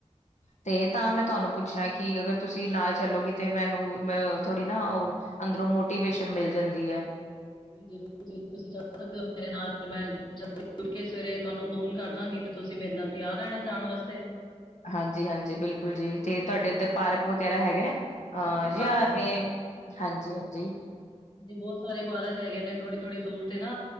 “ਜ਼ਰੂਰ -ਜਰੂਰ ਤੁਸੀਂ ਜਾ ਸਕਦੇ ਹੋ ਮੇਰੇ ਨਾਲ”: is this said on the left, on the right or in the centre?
Left